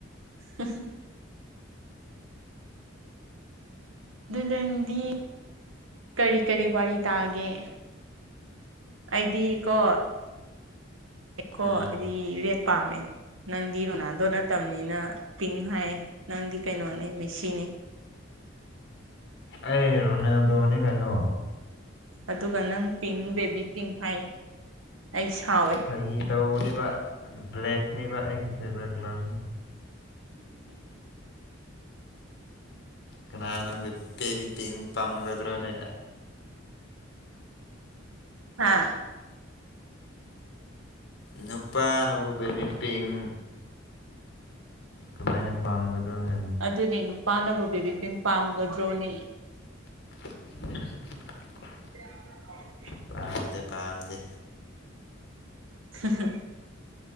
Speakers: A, on the right; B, on the left.
A: ꯎ ꯂꯪꯗꯤ ꯀꯔꯤ ꯀꯔꯤ ꯋꯥꯔꯤ ꯇꯥꯒꯦ ꯑꯩꯗꯤ ꯀꯣ ꯀꯣ
B: ꯎꯝ
A: ꯑꯩꯗꯤ ꯔꯦꯠ ꯄꯥꯝꯃꯦ ꯅꯪꯗꯤ ꯔꯣꯅꯥꯜꯗꯣ ꯅꯠꯇꯕꯅꯤꯅ ꯄꯤꯡ ꯍꯥꯏꯌꯦ ꯅꯪꯗꯤ ꯀꯩꯅꯣꯅꯦ ꯃꯦꯁꯤꯅꯦ
B: ꯑꯩ ꯔꯣꯅꯦꯜꯗꯣꯅꯤ ꯀꯩꯅꯣ
A: ꯑꯗꯨꯒ ꯅꯪ ꯄꯤꯡ ꯕꯦꯕꯤ ꯄꯤꯡ ꯍꯥꯏꯌꯦ ꯑꯩ ꯁꯥꯎꯋꯦ
B: ꯐꯥꯒꯤ ꯇꯧꯕꯅꯦꯕ ꯕ꯭ꯂꯦꯛꯅꯦꯕ ꯑꯩꯒꯤ ꯐꯦꯚꯣꯔꯦꯠ ꯀꯂꯔꯁꯦ ꯀꯅꯥꯅꯣꯗꯤ ꯕꯦꯕꯤ ꯄꯤꯡ ꯄꯥꯝꯒꯗ꯭ꯔꯣꯅꯦ
A: ꯍꯥꯥ
B: ꯅꯨꯄꯥꯅꯕꯨ ꯕꯦꯕꯤ ꯄꯤꯡ ꯀꯃꯥꯏꯅ ꯄꯥꯝꯒꯗ꯭ꯔꯣ ꯍꯥꯏ
A: ꯑꯗꯨꯅꯦ ꯅꯨꯄꯥꯅꯕꯨ ꯕꯦꯕꯤ ꯄꯤꯡ ꯄꯥꯝꯒꯗ꯭ꯔꯣꯅꯦ
B: ꯎ
A: <unintelligible>
B: ꯄꯥꯝꯗꯦ ꯄꯥꯝꯗꯦ
A: ꯍꯝ ꯍꯝ